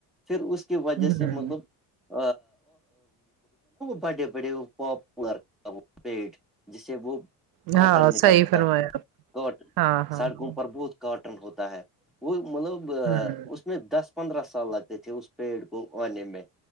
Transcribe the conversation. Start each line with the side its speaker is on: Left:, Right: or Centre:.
Centre: پھر اس کی وجہ
Right: ہوں
Centre: سے مطلب <unintelligible> بڑے بڑے پاپولر کا وہ پیٹ جسے وہ
Right: ہاں
Centre: کاٹن نکلتا
Right: صحیح فرمایا آپ
Centre: کاٹن
Right: ہاں ہاں
Centre: سڑکوں
Right: ہاں
Centre: پر بہت کاٹن ہوتا ہے وہ مطلب
Right: ہوں
Centre: اس میں دس پندرہ سال لگتے تھے اس پیڑ کو آنے میں